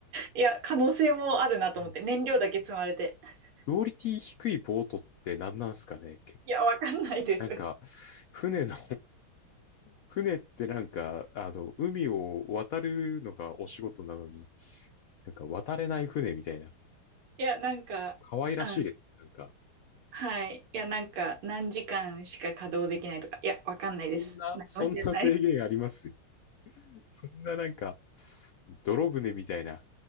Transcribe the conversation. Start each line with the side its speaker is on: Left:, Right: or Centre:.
Right: いや、可能性もあるなと思って、
Left: あの
Right: 燃料だけ積まれて。<laughs>
Left: クオリティ低いボートって何なんすかね
Right: いや、わかんないです。
Left: なんか、船の船ってなんか、あの、海を渡るのがお仕事なのに、なんか渡れない船みたいな、
Right: いや、なんか、
Left: 可愛らしいです。
Right: あ、ん
Left: なんか、
Right: はい。いや、なんか、何時間しか稼働できないとか、いや、わかんないです。
Left: そんな、
Right: 何も知らない。
Left: そんな制限ありますそんななんか、泥船みたいな、